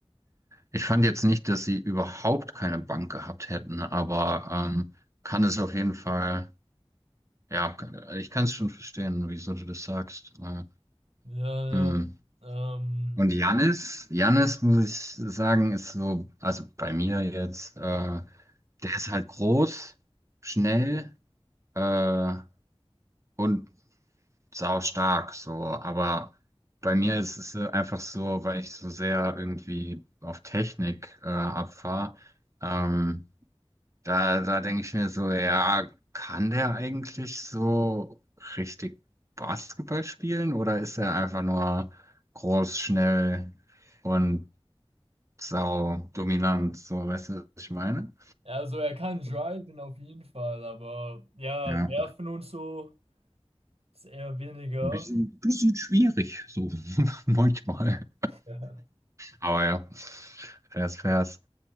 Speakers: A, on the right (about 30°); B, on the right (about 75°).
A: ich fand jetzt nicht, dass sie überhaupt keine Bank gehabt hätten, aber ähm, kann es auf jeden Fall, ja, kann- ich kann es schon verstehen, wieso du das sagst. Äh,
B: ja, ja.
A: hm.
B: Ähm,
A: Und Jannis, Jannis muss ich sagen, ist so, also bei mir jetzt, äh, der ist halt groß, schnell äh, und saustark, so. Aber bei mir ist es einfach so, weil ich so sehr irgendwie auf Technik äh, abfahre, ähm, da, da denke ich mir so, ja, kann der eigentlich so richtig Basketball spielen oder ist er einfach nur groß, schnell? Und sau dominant, so, weißt du, was ich meine?
B: Ja, also er kann driven auf jeden Fall, aber ja,
A: Ja,
B: werfen und so ist eher weniger.
A: ein bisschen, bisschen schwierig, so <laughs> manchmal.
B: Ja.
A: Aber ja, fairs, fairs.